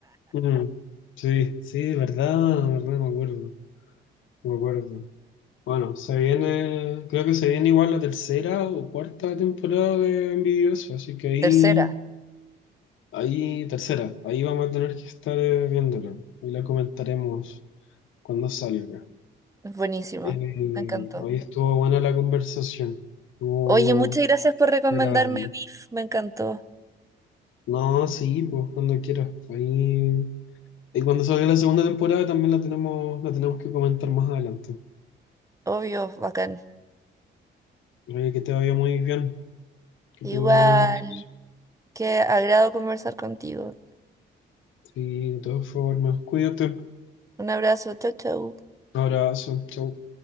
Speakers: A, on the left; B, on the right.
A: Mm, sí, sí, verdad, verdad, me acuerdo, me acuerdo. Bueno, se viene, creo que se viene igual la tercera o cuarta temporada de Envidioso, así que ahí
B: Tercera,
A: Ahí, tercera, ahí vamos a tener que estar eh, viéndola y la comentaremos cuando salga.
B: es buenísima,
A: Eh,
B: me encantó.
A: hoy estuvo buena la conversación, estuvo
B: Oye, muchas gracias por recomendarme
A: agradable.
B: Beef, me encantó.
A: No, sí, pues cuando quieras. Ahí, y cuando salga la segunda temporada también la tenemos, la tenemos que comentar más adelante.
B: Obvio, bacán.
A: Oye, que te vaya muy bien, que
B: Igual,
A: tengas buenas noches.
B: qué agrado conversar contigo.
A: Sí, de todas formas, cuídate.
B: Un abrazo, chau, chau.
A: Un abrazo, chau.